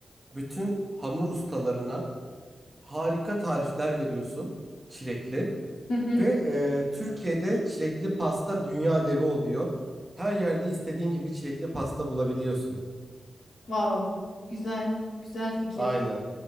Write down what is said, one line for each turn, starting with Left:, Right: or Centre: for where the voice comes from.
Right: bütün hamur ustalarına harika tarifler veriyorsun çilekli.
Left: Hı hı.
Right: Ve eee, Türkiye'de çilekli pasta dünya devi oluyor. Her yerde istediğin gibi çilekli pasta bulabiliyorsun.
Left: Wow. Güzel. Güzel fikir.
Right: Aynen.